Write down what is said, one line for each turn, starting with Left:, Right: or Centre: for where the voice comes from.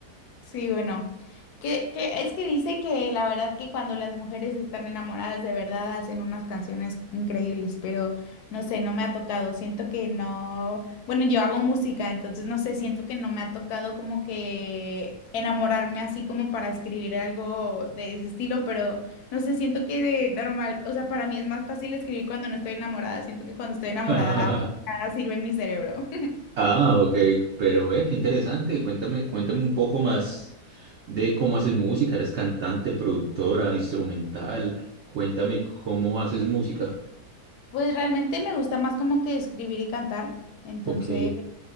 Left: Sí, bueno, que, que es que dicen que la verdad que cuando las mujeres están enamoradas de verdad hacen unas canciones increíbles, pero no sé, no me ha tocado, siento que no, bueno, yo hago música, entonces no sé, siento que no me ha tocado como que enamorarme así como para escribir algo de ese estilo, pero no sé, siento que de normal, o sea, para mí es más fácil escribir cuando no estoy enamorada, siento que cuando estoy enamorada
Right: <laughs>
Left: nada sirve en mi cerebro. <laughs>
Right: Ah, ok, pero ve, qué interesante. Cuéntame, cuéntame un poco más de cómo haces música. ¿Eres cantante, productora, instrumental? Cuéntame cómo haces música.
Left: Pues realmente me gusta más como que escribir y cantar, entonces...
Right: Ok.